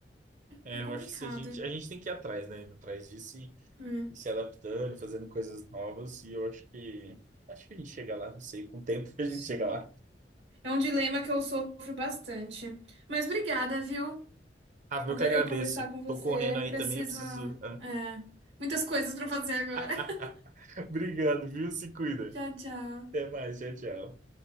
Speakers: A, on the right; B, on the right.
A: É,
B: é complicado.
A: eu acho que se a gente, a gente tem que ir atrás, né? Atrás disso e
B: Hum.
A: se adaptando, fazendo coisas novas, e eu acho que acho que a gente chega lá, não sei, com o tempo <laughs> a gente
B: Sim.
A: chega lá.
B: É um dilema que eu sofro bastante. Mas obrigada, viu?
A: Rafa,
B: Adorei
A: eu que agradeço.
B: conversar com você.
A: Tô correndo aí
B: Preciso,
A: também, eu preciso.
B: é, muitas coisas para fazer agora.
A: <laughs>
B: <laughs>
A: Obrigado, viu? Se cuida.
B: Tchau, tchau.
A: Até mais, tchau, tchau.